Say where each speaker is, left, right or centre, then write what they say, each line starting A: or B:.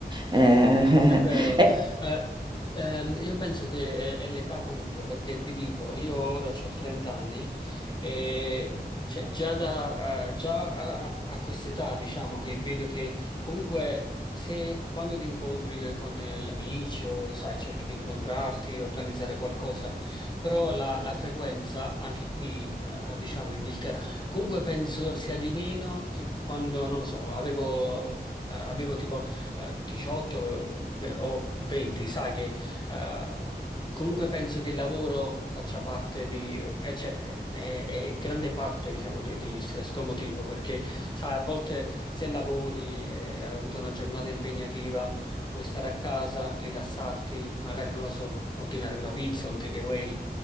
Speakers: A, on the right (about 25°); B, on the left (about 25°).
A: Eh,
B: È vero,
A: <laughs> e
B: Eh, ehm, io penso che è, è l'età comunque, perché ti dico, io ora ho 30 anni e cioè, già, da, eh, già a, a quest'età diciamo che vedo che comunque se quando ti incontri con eh, gli amici o sai, cerchi di incontrarti, organizzare qualcosa, però la, la frequenza, anche qui eh, diciamo in Inghilterra, comunque penso sia di meno che quando, non lo so, avevo, eh, avevo tipo eh, 18 beh, o 20, sai che eh, comunque penso che il lavoro faccia parte di, eh, cioè, eh, è, è grande parte, diciamo, di, di s- sto motivo, perché sai, a volte se lavori e hai avuto una giornata impegnativa, vuoi stare a casa, rilassarti, magari, non lo so, ordinare una pizza, un takeaway,